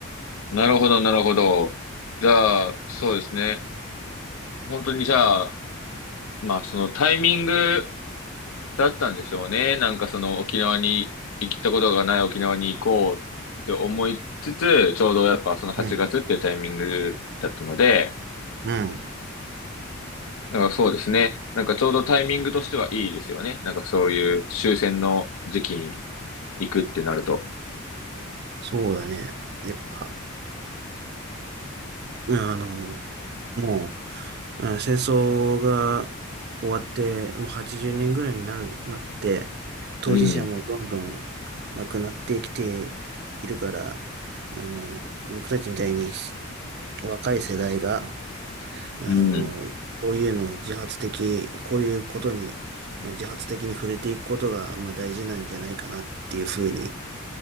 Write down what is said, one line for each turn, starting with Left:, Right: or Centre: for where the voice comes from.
Left: なるほど、なるほど。じゃあ、そうですね。本当にじゃあ、まあ、そのタイミングだったんでしょうね。なんかその沖縄に行ったことがない沖縄に行こうって思いつつ、ちょうどやっぱその8月っていうタイミングだったので、
Right: うん。うん。
Left: なんかそうですね。なんかちょうどタイミングとしてはいいですよね。なんかそういう終戦の時期に行くってなると。
Right: そうだね。やっぱ、うんあの、もう、うん戦争が終わって、もう80年ぐらいになる、なって、当事者もどんどん亡くなってきているから、
Left: うん。
Right: あの、僕たちみたいに若い世代が、あの、
Left: うん。
Right: こういうのを自発的、こういうことに、まあ、自発的に触れていくことが、まあ、大事なんじゃないかなっていうふうに、